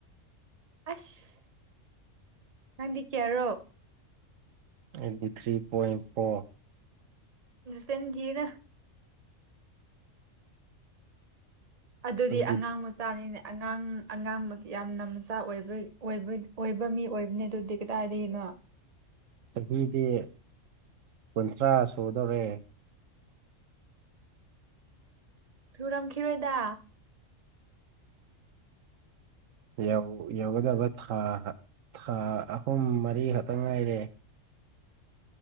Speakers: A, on the right; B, on the right.
A: ꯑꯁ ꯅꯪꯗꯤ ꯀꯌꯥꯔꯣ
B: ꯑꯩꯠꯇꯤ ꯊ꯭ꯔꯤ ꯄꯣꯏꯟ ꯐꯣꯔ
A: ꯁꯦꯟ ꯌꯦꯗ ꯑꯗꯨꯗꯤ
B: ꯑꯩꯗꯤ
A: ꯑꯉꯥꯡ ꯃꯆꯥꯅꯤꯅꯦ ꯑꯉꯥꯡ ꯑꯉꯥꯡ ꯌꯥꯝꯅ ꯃꯆꯥ ꯑꯣꯏꯕ ꯑꯣꯏ ꯑꯣꯏꯕ ꯃꯤ ꯑꯣꯏꯕꯅꯤ ꯑꯗꯨꯗꯤ ꯀꯗꯥꯏꯗꯒꯤꯅꯣ
B: ꯆꯍꯤꯗꯤ ꯀꯨꯟꯊ꯭ꯔꯥ ꯁꯨꯗꯧꯣꯔꯦ
A: ꯊꯨꯔꯝꯈꯤꯔꯣꯏꯗ
B: ꯌꯧ ꯌꯧꯒꯗꯕ ꯍꯥ ꯍꯥ ꯊꯥ ꯑꯍꯨꯝ ꯃꯔꯤ ꯈꯛꯇ ꯉꯥꯏꯔꯦ